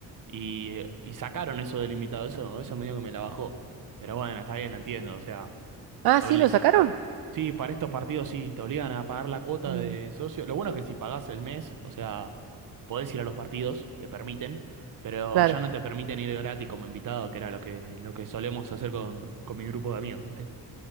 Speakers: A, on the right; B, on the right.
A: Y, eh, y sacaron eso del invitado, eso, eso medio que me la bajó. Pero bueno, está bien, la entiendo, o sea,
B: Ah,
A: obli-
B: sí, ¿lo sacaron?
A: Sí, para estos partidos sí, te obligan a pagar la cuota
B: Mm.
A: de socio. Lo bueno es que si pagás el mes, o sea, podés ir a los partidos, te permiten, pero
B: Claro,
A: ya no te permiten ir gratis como invitado, que era lo que, lo que solemos hacer con, con mi grupo de amigos, ¿viste?